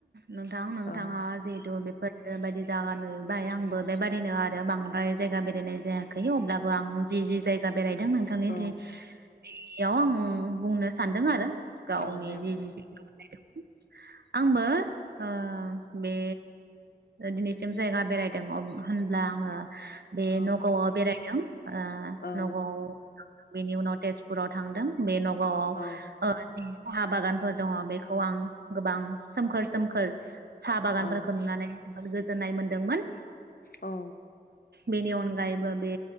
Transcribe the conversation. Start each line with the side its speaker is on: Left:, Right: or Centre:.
Right: नोंथां नोंथाङा
Left: औ
Right: जिहेथु बे फोर ओ बायदि जागा नुहैबाय आंबो बेबादिनो आरो बांद्राय जायगा बेरायनाय जायाखै अब्लाबो आं जि जि जायगा बेरायदों नोंथांनि
Left: औ
Right: जि बेयाव आं बुंनो सानदों आरो गावनि
Left: औ दे
Right: जि
Left: बुं
Right: जि हायदों आंबो ओ बे दिनैसिम जायगा बेरायदों अब होनब्ला आङो बे
Left: औ
Right: नगावआव बेरायदों ओ
Left: औ
Right: नगावआव बेनि उनाव तेजपुराव थांदों बे न वाव
Left: औ
Right: ओ साहा बागानफोर दङ बे खौ आं गोबां सोमखोर सोमखोर साहा बागानफोरखौ
Left: औ औ
Right: नुनानै जोबोद गोजोननाय मोन्दोंमोन।
Left: औ
Right: बेनि अनगायैबो बे